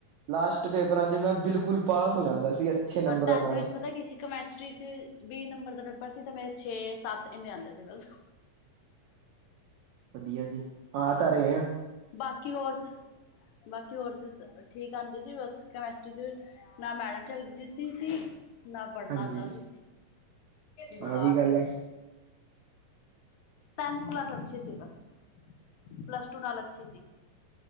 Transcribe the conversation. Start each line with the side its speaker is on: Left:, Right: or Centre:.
Right: ਲਾਸਟ ਪੇਪਰਾਂ ਚ ਮੈਂ ਬਿਲਕੁਲ ਪਾਸ ਹੋ ਜਾਂਦਾ ਸੀ। ਅੱਛੇ ਨੰਬਰਾਂ
Left: ਪਰ ਟੈਂਥ
Right: ਨਾਲ
Left: ਵਿੱਚ ਪਤਾ ਕੀ ਸੀ? ਕੈਮਿਸਟਰੀ ਚ ਵੀਹ ਨੰਬਰ ਦਾ ਪੇਪਰ ਸੀ, ਤੇ ਮੇਰੇ ਛੈ ਸਾਤ ਇੱਨੇ ਹੀ ਆਉਂਦੇ ਸੀ ਬਸ।
Right: ਵਧੀਆ ਜੀ, ਹਾਂ ਤਾਂ ਰਹੇ ਆਂ।
Left: ਬਾਕੀ ਕੋਰਸ ਬਾਕੀ ਕੋਰਸ ਠੀਕ ਆਉਂਦੇ ਸੀ, ਬਸ ਕੈਮਿਸਟਰੀ। ਨਾ ਮੈਡਮ ਚਜੀ ਦੀ ਸੀ। ਨਾ ਪੜ੍ਹਨਾ
Right: ਹਾਂਜੀ
Left: ਆਉਂਦਾ ਸੀ, ਬੁਖਾਰ
Right: ਆਹ ਵੀ ਗੱਲ
Left: ਸੀ।
Right: ਹੈ
Left: ਟੈਂਥ ਕਲਾਸ ਅੱਛੀ ਸੀ, ਬਸ ਪਲੱਸ ਟੂ ਨਾਲ ਅੱਛੀ ਸੀ।